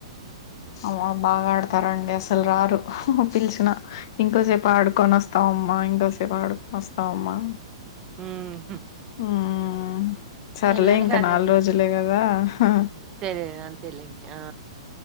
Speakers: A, on the left (about 50°); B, on the right (about 25°).
A: అ బాగా ఆడతారండి అస్ అసలు రారు పిలిచిన ఇంకోసేపు ఆడుకొని వస్తామ్ మ మా ఇంకొసేపు ఆడుకొని వస్తామమ్మా
B: ఉ హు
A: మ్మ్ సర్లే
B: పిల్లలకి
A: ఇంకా
B: అదే.
A: నాలుగు రోజులే కదా హా
B: అంతే అంతేలె ఆ